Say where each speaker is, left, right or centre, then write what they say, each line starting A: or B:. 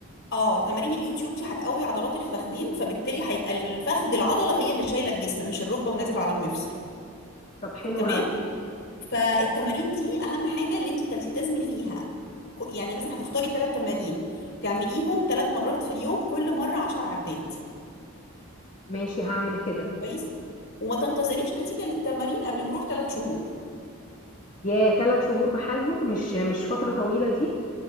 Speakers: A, on the left; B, on the left.
A: اه تمارين اليوتيوب دي هتقوي عضلات الفخدين فبالتالي هيبقى الفخذ العضلة هي اللي شايلة الجسم مش الركبة ونازل على المفصل
B: طب حلو
A: تمام
B: قوي
A: فالتمارين دي اهم حاجه اللي انت تلتزمي فيها ك- يعني مثلا هتختاري ثلاث تمارين تعمليهم ثلاث مرات في اليوم كل مره عشر عدات
B: ماشي هعمل كده
A: كويس وما تنتظريش نتيجه للتمارين قبل مرور ثلاث شهور
B: يا ثلاث شهور بحالهم مش مش فتره طويله دي